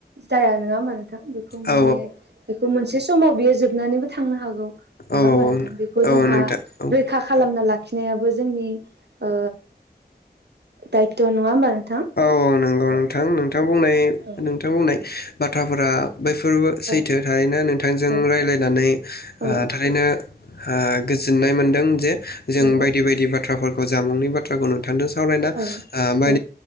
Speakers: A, on the right; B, on the left.
A: जाया नङा होमबा नों थां बेखौ माने
B: औ
A: बे मोनसे समाव बियो जोबनानैबो थांनो हागौ। नङा
B: औ
A: होमबा नोंथां बेखौ
B: औ
A: जोंहा
B: नोंथां औ
A: रैखा खालामना ला खिनायाबो जोंनि ओ दायथ' नङा होनबा नों
B: औ औ नंगौ नोंथां नोंथां बुंनाय
A: औ
B: नोंथां बुंनाय बाथ्राफोरा बैफोरबो सैथो
A: औ
B: थारैनो नोंथांजों
A: औ
B: रायलायनानै
A: औ
B: ओ थारैनो ओ गोजोननाय मोनदों जे जों
A: औ
B: बायदि बायदि बाथ्राफोरखौ जामुंनि बाथ्राखौ नों थांदों सावरायना ओ
A: औ
B: बाय
A: औ